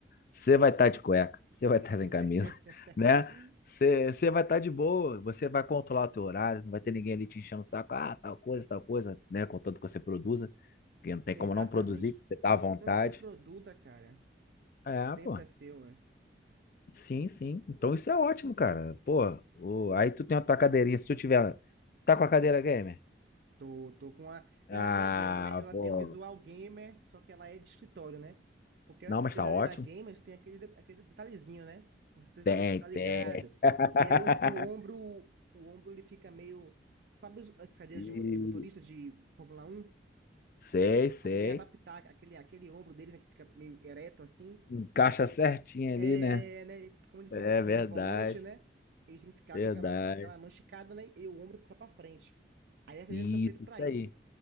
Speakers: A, on the left; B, on the right.
A: Você vai estar de cueca, você vai estar
B: <laughs>
A: sem camisa, <laughs> né? Você, você vai estar de boa, você vai controlar o teu horário, não vai ter ninguém ali te enchendo o saco, ah, tal coisa, tal coisa, né? Contanto que você produza. Porque não tem
B: Exatamente.
A: como não produzir, você tá
B: Contanto
A: à vontade.
B: que você produza, cara,
A: É,
B: o tempo
A: pô.
B: é seu, é.
A: Sim, sim. Então isso é ótimo, cara. Pô, o- aí tu tem a tua cadeirinha. Se tu tiver. Tá com a cadeira gamer?
B: Tô, tô com a. Na
A: Ah,
B: real, não é gamer, né? Ela
A: pô.
B: tem o visual gamer, só que ela é de escritório, né? Porque a
A: Não, mas
B: verdadeira
A: tá ótimo.
B: gamer tem aquele, de- aquele detalhezinho, né? Não sei
A: Tem,
B: se você tá ligado.
A: tem. <laughs>
B: Que é o, o ombro. O ombro ele fica meio. Sabe os- as cadeiras
A: E-
B: de, mo- de motorista de Fórmula um
A: Sei,
B: E,
A: sei.
B: pra poder adaptar aquele, aquele ombro deles, né? Que fica meio ereto assim.
A: Encaixa certinho
B: É,
A: ali, né?
B: né? Como eles
A: É
B: ficam com
A: verdade,
B: a mão no volante, né? Eles têm que ficar
A: verdade.
B: com aquela, aquela mão esticada, né? E o ombro fica pra frente. Aí as cadeiras
A: Isso,
B: são feitas pra
A: isso
B: isso.
A: aí.